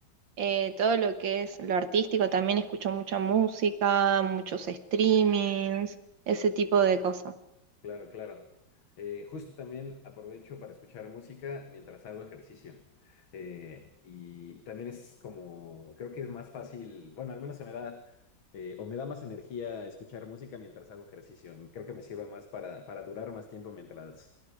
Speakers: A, on the right; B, on the left.
A: eh, todo lo que es lo artístico. También escucho mucha música, muchos streamings, ese tipo de cosas.
B: Claro, claro. Eh, justo también aprovecho para escuchar música mientras hago ejercicio. Eh, y también es como, creo que es más fácil, bueno, al menos se me da, eh, o me da más energía escuchar música mientras hago ejercicio. Creo que me sirve más para, para durar más tiempo mientras,